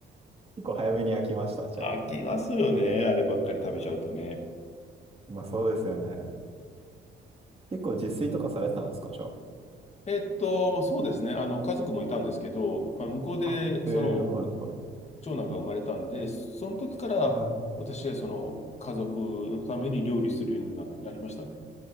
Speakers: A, on the right; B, on the left.
A: 結構早めに飽きました、じゃあ。
B: 飽きますよね。あればっかり食べちゃうとね。
A: まあ、そうですよね。結構自炊とかされてたんですかじゃ
B: えっと、そうですね。あの、家族もいたんですけど、まあ向こうで、
A: あ。あ、へえ、
B: その、
A: はいはい。
B: 長男が生まれたんで、その時から、
A: はい。
B: 私はその、家族のために料理するようにな、なりましたね。